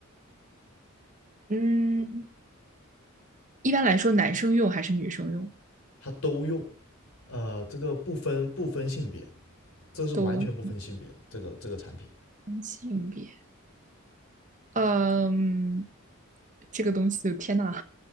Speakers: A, on the right (about 35°); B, on the left (about 75°).
A: 嗯，一般来说男生用还是女生用
B: 它都用，呃，这个不分不分性别，这是完全不分性别的这个这个产品，
A: 都分性别，嗯，这个东西就天呐，